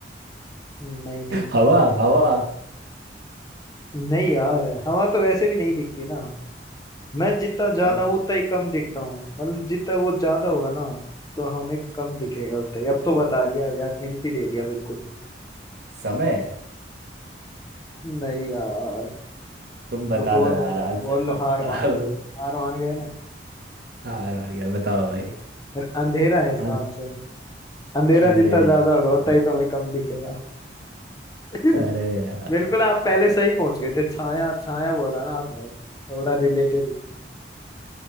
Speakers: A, on the left (about 20°); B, on the right (about 55°).
A: नहीं नहीं
B: हवा हवा
A: नहीं यार हवा तो वैसे भी नहीं दिखती ना मैं जितना ज्यादा
B: तो
A: हूँ उतना ही कम दिखता हूँ मतलब जितना वो ज्यादा होगा ना तो हमें कम दिखेगा उतना ही अब तो बता दिया यार हिंट ही दे दिया बिल्कुल ही
B: समय
A: नहीं यार
B: तुम बता
A: चलो बोल
B: दो यार
A: लो
B: आंसर
A: बोल लो हार मान गए हार मान गए ना
B: हार वाली है बताओ भाई
A: फिर अंधेरा है इसका
B: हाँ,
A: आंसर अंधेरा
B: अरे
A: जितना ज्यादा होगा उतना ही तो हमें कम दिखेगा <laughs>
B: अरे यार
A: बिल्कुल आप पहले सही पहुंच गए थे छाया छाया बोला ना आपने थोड़ा रिलेटेड